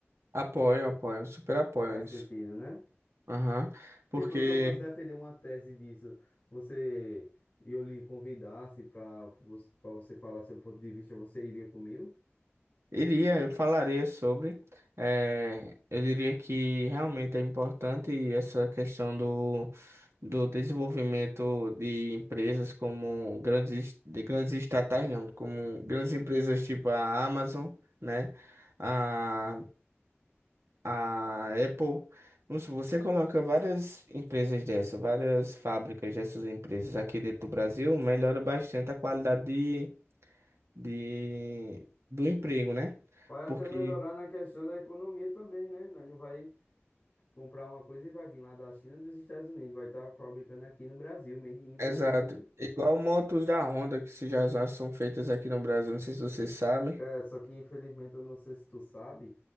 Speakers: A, on the right; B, on the left.
A: Apoio, apoio, super apoio
B: Faz
A: isso.
B: sentido, né?
A: Aham. Porque.
B: Tipo, se eu fosse defender uma tese disso, você e eu lhe convidasse para você, para você falar seu ponto de vista, você iria comigo?
A: Iria, eu falaria sobre. eh, eu diria que realmente é importante essa questão do, do desenvolvimento de empresas como grandes, es- de grandes estatais, não, como grandes empresas tipo a Amazon, né? A, a Apple. Não sei, Você coloca várias empresas dessas, várias fábricas dessas empresas aqui dentro do Brasil, melhora bastante a qualidade de, de, do emprego, né?
B: Vai até
A: Porque
B: melhorar na questão da economia também, né? Nós não vai comprar uma coisa e vai vir lá da China, dos Estados Unidos, vai estar fabricando aqui no Brasil, made in Brasil,
A: Exato.
B: né?
A: Igual motos da Honda que se já já são feitas aqui no Brasil, não sei se vocês sabem.
B: É, só que infelizmente eu não sei se tu sabe,